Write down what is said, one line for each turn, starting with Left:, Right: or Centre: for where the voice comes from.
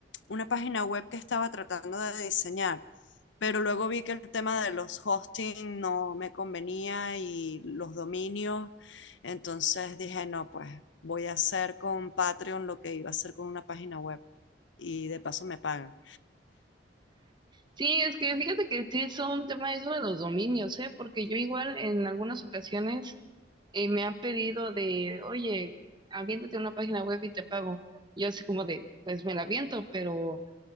Left: una página web que estaba tratando de diseñar pero luego vi que el tema de los hosting no me convenía y los dominios, entonces dije, no, pues voy a hacer con Patreon lo que iba a hacer con una página web y de paso me pagan.
Right: Sí, es que fíjate que sí es un tema eso de los dominios, ¿eh? Porque yo igual en algunas ocasiones eh, me han pedido de, oye, aviéntate una página web y te pago. Yo así como de, pues me la aviento, pero